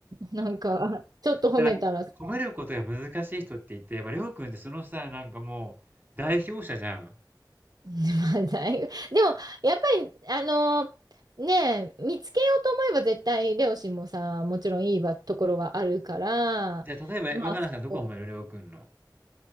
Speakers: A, on the right (about 55°); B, on the right (about 25°).
A: なんか、ちょっと褒めたらさ。
B: ただ、
A: <laughs>
B: 褒めることが難しい人っていて、やっぱりりょうくんってそのさ、なんかもう代表者じゃん。
A: まあ、だいぶでも、やっぱり、あの、ねえ、見つけようと思えば絶対、レオ氏もさ、もちろんいいわところはあるから、
B: じゃあ例えば若菜さんどこ褒める？
A: まあ、そこ
B: りょうくんの。